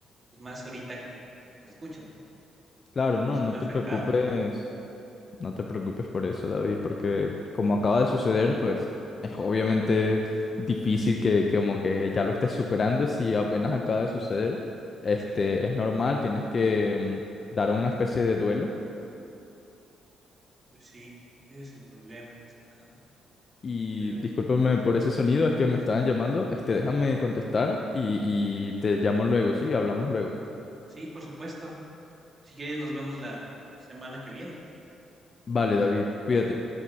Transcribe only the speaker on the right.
pues más ahorita que pues, me escuchas, ¿no? Que
todo esto
sí
me
ha afectado.
Sí.
Pues sí, ese es el problema más que nada.
Pero
sí, por supuesto. Si quieres, nos vemos la semana que viene.